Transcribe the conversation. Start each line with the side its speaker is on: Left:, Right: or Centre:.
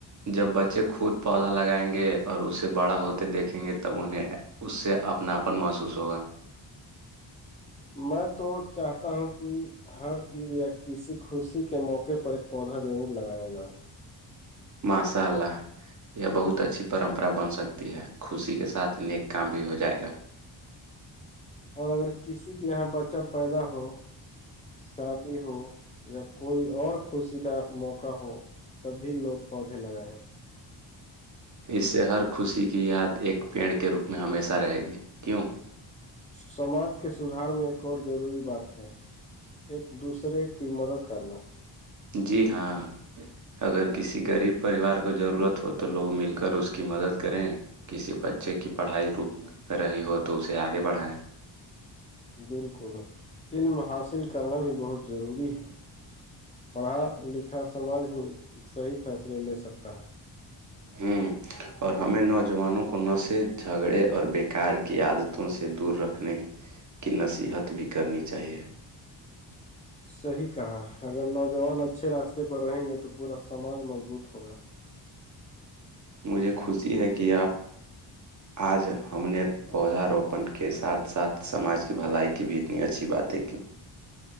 Right: جب بچے خود پودا لگائیں گے اور اسے بڑا ہوتے دیکھیں گے تب انہیں اس سے اپناپن محسوس ہوگا
Left: میں تو چاہتا ہوں کہ ہر عید یا کسی خوشی کے موقع پر ایک پودا ضرور لگایا جائے
Right: ماسال ال یہ بہت اچھی پرمپرا بن سکتی ہے خوشی کے ساتھ نیک کام بھی ہو جائے گا
Left: اور اگر کسی کے یہاں بچہ پیدا ہو شادی ہو یا کوئی اور خوشی کا موقع ہو تب بھی لوگ پودے لگائے ہیں
Right: اس سے ہر خوشی کی یاد ایک پیڑ کے روپ میں ہمیشہ رہے گی کیوں
Left: سماج کے سدھار میں ایک اور ضروری بات ہے ایک دوسرے کی مدد کرنا
Right: جی ہاں اگر کسی غریب پریوار کو ضرورت ہو تو لوگ مل کر اس کی مدد کریں کسی بچے کی پڑھائی رک رہی ہو تو اسے آگے بڑھائیں
Left: بالکل علم حاصل کرنا بھی بہت ضروری ہے پڑھا لکھا سماج ہی صحیح فیصلے لے سکتا ہے
Right: ہوں اور ہمیں نوجوانوں کو نشے جھگڑے اور بیکار کی عادتوں سے دور رکھنے کی نصیحت بھی کرنی چاہیے
Left: صحیح کہا اگر نوجوان اچھے راستے پر رہیں گے تو پورا سماج مضبوط ہوگا
Right: مجھے خوشی ہے کہ آپ آج ہم نے پودا روپن کے ساتھ ساتھ سماج کی بھلائی کی بھی اتنی اچھی باتیں کہ